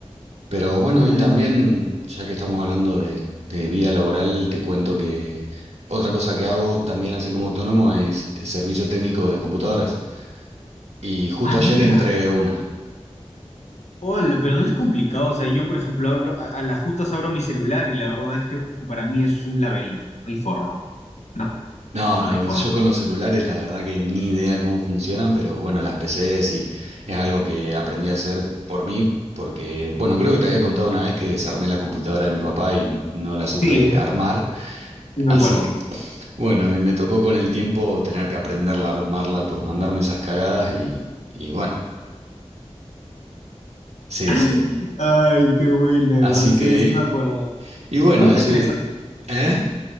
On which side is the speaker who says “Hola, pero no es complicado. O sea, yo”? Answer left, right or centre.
Left